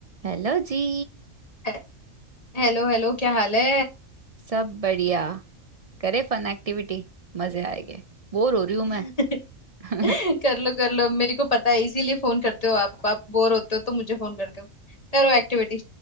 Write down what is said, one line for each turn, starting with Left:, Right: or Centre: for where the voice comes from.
Right: Hello जी
Left: हे- hello hello क्या हाल है
Right: सब बढ़िया करे फन एक्टिविटी मजे आएंगे बोर हो रही हूं मैं
Left: <laughs>
Right: <laughs>
Left: कर लो कर लो मेरे को पता है इसीलिए फोन करते हो आप आप बोर होते हो तो मुझे फोन करते हो करो एक्टिविटी